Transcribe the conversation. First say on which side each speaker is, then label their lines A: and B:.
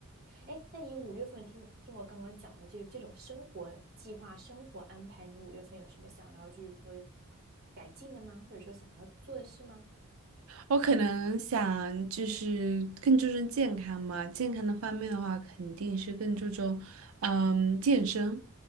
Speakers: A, on the right; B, on the right.
A: 哎，那你五月份听听我刚刚讲的，就是这种生活计划、生活安排，你五月份有什么想要，就是说改进的吗？或者说想要做的事吗？
B: 我可能想就是更注重健康嘛，健康的方面的话，肯定是更注重嗯健身，